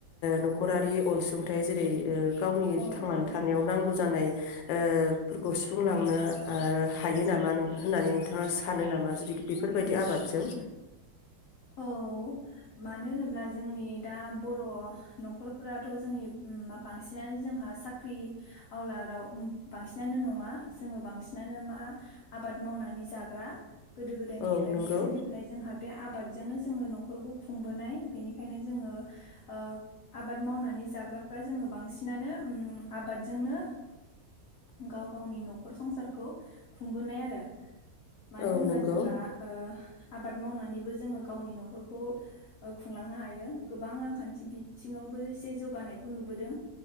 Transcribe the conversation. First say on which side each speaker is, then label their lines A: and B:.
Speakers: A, on the left; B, on the left.
A: न'खरारि अनसुंथाइ जेरै ओ गावनि
B: औ
A: थांनानै
B: औ
A: थानायाव नांगौ जानाय ओ बेफोरखौ सुफुंलांनो ओ हायो नामा नों होननानै नोंथाङा सानो नामा जुदि बेफोरबायदि आबादजों
B: औ मानो होनोब्ला जोंनि दा बर' न'खरफोराथ' जोंनि बांसिनानो जोंहा साख्रि आवलाराव बांसिनानो नङा जोङो बांसिनानो मा आबाद मावनानै जाग्रा। गोदो गोदायनिफ्रायनो
A: औ नंगौ
B: सोलिबोनाय जोंहा बे आब जोंनो जोङो न'खरखौ खुंबोनाय बेनिखायनो जोङो ओ आबाद मावनानै जाग्राफ्रा जोङो बांसिनानो ओ आबादजोंनो गाव गावनि न'ख'र संसारखौ खुंबोनाय आरो। मानो
A: औ
B: होनोबा
A: नंगौ
B: जोंहा ओ आबाद मावनानै बो जोङो गावनि न'खरखौ खुंलांनो हायो गोबां रांखान्थि बिथिङावबो एसे जौगानायखौ नुबोदों